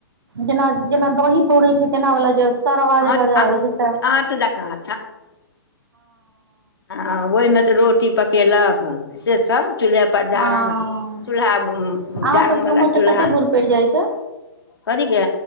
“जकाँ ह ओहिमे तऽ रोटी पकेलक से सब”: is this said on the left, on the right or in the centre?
Left